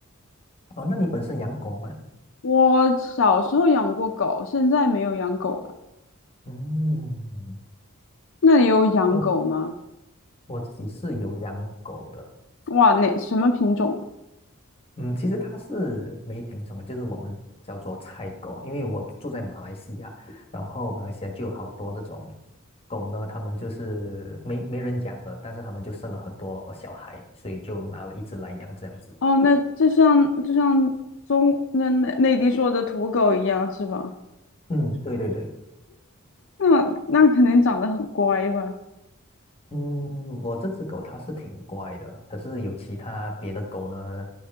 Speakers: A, on the left; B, on the left.
A: 哦，那你本身养狗吗？
B: 我小时候养过狗，现在没有养狗了。
A: 嗯，
B: 那你有养狗吗？
A: 我我自己是有养狗的。
B: 哇，那什么品种啊？
A: 嗯，其实它是没品种的就是我们叫做菜狗，因为我住在马来西亚，然后马来西亚就有好多这种狗呢，它们就是没没人养的，但是它们就生了很多小孩，所以就拿了一只来养这样子。
B: 哦，那就像就像中那那内地说的土狗一样是吧？
A: 嗯，对对对。
B: 那那肯定长得很乖吧？
A: 嗯，我这只狗它是挺乖的，可是有其他别的狗呢，